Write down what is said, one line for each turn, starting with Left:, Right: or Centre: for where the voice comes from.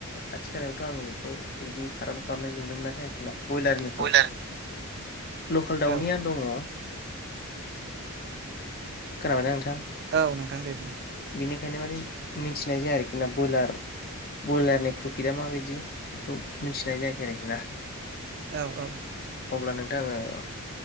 Left: खाथि खालायावथ' आं बेखौ बिदि फाराम खालामनाय नुनो मोनाखै आरोखि ब्रयलारनिखौ
Right: बयलार
Left: लकेल दाउनिया
Right: औ
Left: दङ। खोनाबाय ना नोंथां?
Right: औ नोंथां दे बुं।
Left: बिनिखायनो माने मिथिनाय जाया आरोखि ना बयलार बयलारनि प्रफिटा माबायदि बेखौ मिथिनाय जायाखै आरोखि ना।
Right: औ औ‌
Left: अब्ला नोंथां आंङो